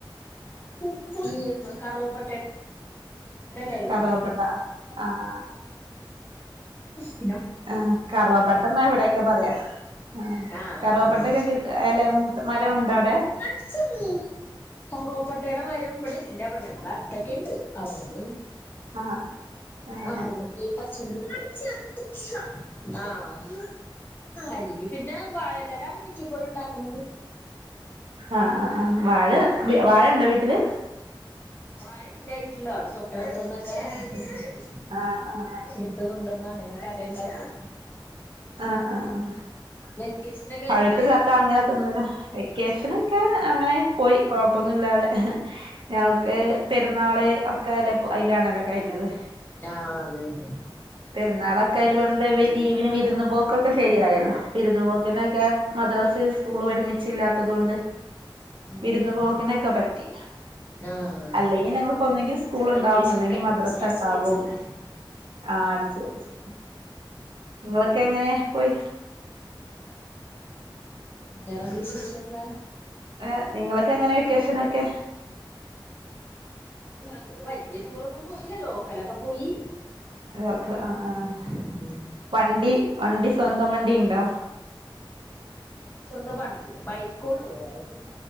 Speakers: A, on the left (about 25°); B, on the right (about 75°).
A: ഈ കറുവപ്പട്ട ടല്ലല്ലേ
B: കറുവപ്പട്ട ആഹ്
A: <unintelligible>
B: ആഹ് കറുവപ്പട്ടെന്ന ഇവിടക്കെ പറയാ ആ
A: ആഹ്
B: കറുവപ്പെട്ടക്കെ
A: ആഹ്
B: കി എല മൂത്ത മരോണ്ടവിടെ
A: അടിച്ചുമ്മി കറുവപ്പട്ടടെ മരം ഇവിടെയില്ല ഞങ്ങടെ അടുത്തൊക്കെയിണ്ട് അവിടുന്ന്
B: ആഹ് ഏഹ്
A: അവിടന്നു പോയി പറിച്ചോണ്ട് വരും ആഹ് അല്ലെങ്കി പിന്നെ വാഴയിലലാണ് മിക്കപ്പോഴുണ്ടാക്കണത്
B: ആഹ് ആഹ് ആഹ് വാഴ വാഴയിണ്ട വീട്ടില്
A: വാഴയില്ലാ വീട്ടില് അവടെ തൊ ട്ടടുത്തുന്നൊക്കെ <unintelligible>
B: ആഹ് ആഹ്
A: ത് കൊണ്ടന്ന അങ്ങനെക്കെ അടയിണ്ടാക്കും
B: ആഹ് ആഹ്
A: വെക്കേഷനൊക്കെ എങ്ങനെണ്ടായി
B: പഴുത്ത ചക്ക അങ്ങനെ തിന്നില വെ ക്കേഷനക്കെ അങ്ങനെ പോയി കൊഴപ്പന്നുല്ലാതെ ഞങ്ങക്ക്
A: ടൂറൊക്കെ പോയാ
B: പെരുന്നാള് ഒക്കെ അല്ല അയിലാണല്ലോ കഴിഞ്ഞത്
A: ആഹ് അതന്നെ
B: പെരുന്നാളക്കെ <unintelligible> ലീവിന് വിരുന്നു പോക്കൊക്കെ ശരിയായല്ലേ വിരുന്നു പോക്കിനൊക്കെ മദ്രാസ് സ്കൂള് ഒരുമിച്ചില്ലാത്തതുകൊണ്ട്
A: ഉം
B: വിരുന്നു
A: ഉം
B: പോക്കിനക്കെ
A: ഉം
B: പറ്റി
A: ആഹ്
B: അല്ലെങ്കി ഞങ്ങക്ക് ഒന്നെങ്കി സ്കൂളുണ്ടാവും
A: വെക്കേഷനൊക്കെ
B: അല്ലെങ്കി
A: അടിച്ച്
B: മദ്രസണ്ടാവും
A: അടിച്ച് പൊളിച്ചല്ലേ
B: ആഹ് അടച്ചൾച്ച് നിങ്ങളക്കെങ്ങനെ പോയി
A: വേറെന്ത് വിശേഷോക്കെ
B: ഏഹ് ഇങ്ങൾക്കെങ്ങനെ വെക്കേഷനൊക്കെ
A: ഞങ്ങള് വല്ല്യ ടൂറൊന്നും പോയില്ല ലോക്കലൊക്കെ പോയി.
B: അതക്കെ ആഹ് ആഹ്
A: ഉം
B: വണ്ടി വണ്ടി സ്വന്തം വണ്ടി ഉണ്ടോ
A: സ്വന്തം വണ്ടി ബൈക്കോള്ളു വേറൊന്നുല്ല.